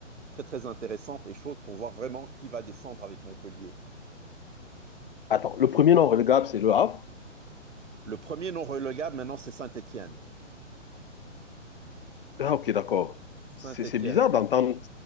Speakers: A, on the right; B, on the left.
A: très très intéressante et chaude pour voir vraiment qui va descendre avec Montpellier.
B: Attends, le premier non relégable, c'est le Havre.
A: Le premier non relégable maintenant, c'est Saint-Étienne.
B: Ah, ok, d'accord.
A: Saint-Étienne.
B: C'est c'est bizarre d'entendre